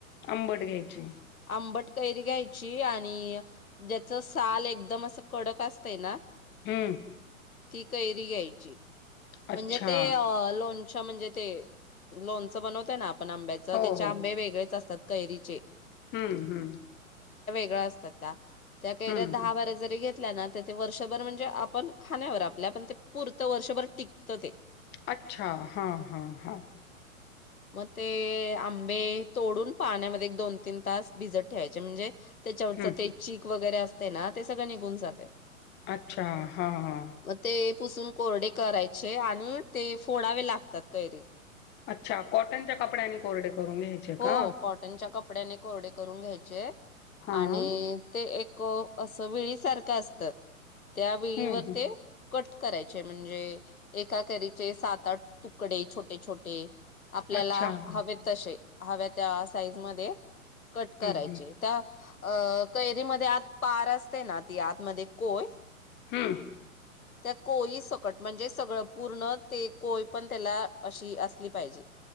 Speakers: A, on the left; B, on the left.
A: आंबट घ्यायची
B: आंबट कैरी घ्यायची आणि ज्याच साल एकदम असं कडक असतं ना
A: हम्म
B: ती कैरी घ्यायची
A: अच्छा
B: म्हणजे ते लोण म्हणजे ते लोणचं बनवतयं ना पण आंब्याच त्याचे
A: हो हो
B: आंबे वेगळेच असतात कैरीचे
A: हम्म हम्म
B: <unintelligible> असत्यात त्या त्या कैऱ्या
A: हम्म
B: दहा
A: हं.
B: बारा जरी घेत ना वर्षभर म्हणजे आपण खाण्यावर आपल्या पण ते पुरत वर्षभर टिकत ते
A: अच्छा हा हा हा
B: मग ते आंबे तोडून पाण्यामध्ये दोन तीन तास भिजत ठेवायचे म्हणजे त्याच्यावरच
A: हं.
B: ते चीक वगैरे अस ना ते सगळं निघून जाते
A: अच्छा हा हा
B: मग ते पुसून कोरडे करायचे आणि ते फोडावे लागतात कैरी
A: अच्छा कॉटन च्या कपदडयाने कोरडे करून घ्यायचे
B: हो
A: का
B: कॉटनच्या कपड्याने कोरडे करून घ्यायचे
A: हां
B: आणि ते एक को असं वेळीसारखं असत त्या वेळीवर
A: हं हं
B: ते कट करायचे म्हणजे एका कैरीचे सात आठ तुकडे छोटे छोटे आपल्याला
A: अच्छा हं
B: हवेत तसे हव्या त्या साईजमध्ये कट करायचे
A: हं
B: त्या अ कैरीमध्ये आत पार असते ना ती आतमध्ये कोय
A: हम
B: त्या कोयी सकट म्हणजे सगळं पूर्ण ते कोय पण त्याला अशी असली पाहिजे